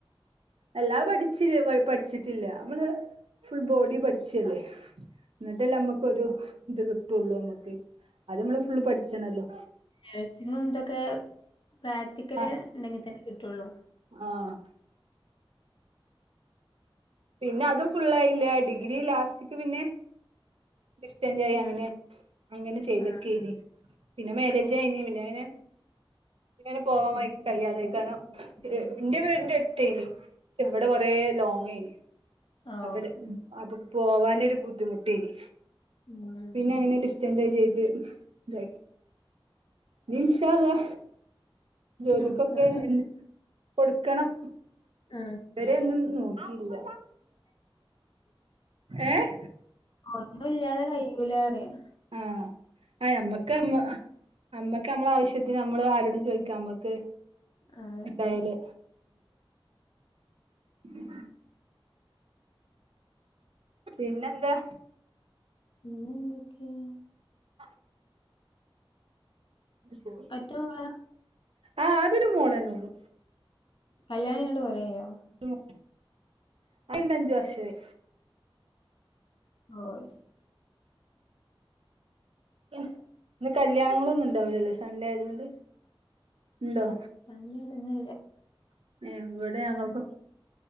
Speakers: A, on the right; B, on the left.
A: എല്ലാ പഠിച്ച് പഠിച്ചിട്ടില്ല നമ്മള് ഫുൾ ബോഡി പഠിച്ചല്ലേ എന്നിട്ടല്ല നമ്മുക്കൊരു ഇത് കിട്ടുള്ളൂ നമ്മക്ക് അത് നമ്മള് ഫുള്ള് പഠിച്ച്ണല്ലോ
B: നഴ്സിങ്ങും ഇതൊക്കെ പ്രാക്ടിക്കല്
A: ആ
B: ഉണ്ടെങ്കിൽ തന്നെ കിട്ടുള്ളൂ
A: ആഹ് പിന്നെ അത് ഫുള്ളായില്ല ഡിഗ്രി ലാസ്റ്റ്ക്ക് പിന്നെ ഡിസ്ചാഞ്ച് ആയി
B: ആ
A: അങ്ങനെ അങ്ങനെ ചെയ്തെക്കെയ്നി
B: ആ
A: പിന്നെ മാരേജയിഞ്ഞ് പിന്നെ അങ്ങനെ ങ്ങനെ പോവാൻ
B: പിന്നെ
A: <unintelligible> കയ്യാതെ
B: കിട്ടിയാല്
A: ആയിക്കാനു
B: ഉം.
A: ഇന്റെ വീടിന്റെ അടുത്തേനി പക്ഷ ഇവിടെ കുറേ ലോങയിനി
B: ഓ
A: അ അപ്പൊ പോവാനൊരു ബുദ്ധിമുട്ടെനി
B: ഉം.
A: പിന്നെ എങ്ങനെ ഡിസ് സ്റ്റന്റയ് ചെയ്ത് താക്കി ഞ് ഇൻഷാ അള്ളാ ജോലിക്കൊക്കെ
B: നോക്കണം
A: എൻ കൊടുക്കണം
B: ആ
A: ഇതുവരെ ഒന്നും നോക്കില്ല ഏഹ്
B: ഒന്നും ഇല്ലാതെ കയ്യീലാന്ന് അറിയാം
A: ആഹ് ആഹ് അമ്മക്ക് ങ് അമ്മക്ക് അമ്മളെ ആവശ്യത്തിന് നമ്മള് ആരോടും ചോയ്ക്കാ അമ്മക്ക്
B: അതെ
A: ഇങ്ങിയല് <unintelligible> മം പിന്നെന്താ?
B: പിന്നെ എന്തൊക്കെയാ
A: <inaudible> അ
B: ഒറ്റ മോളാ
A: ആഹ് അതൊരു മോളേന്നെ ഉള്ളു
B: കല്യാണം കഴിഞ്ഞിട്ട് കൊറേ ആയോ
A: <unintelligible> അഞ്ച് വർഷവായി
B: <inaudible>
A: ഇന്ന് കല്യാണങ്ങളൊന്നും ഇണ്ടാവുലല്ലേ സൺഡേ ആയതുകൊണ്ട് ഉണ്ടോ
B: അങ്ങനെണെന്നുല്ല
A: ഏഹ് വടെ ഞങ്ങൾകൊ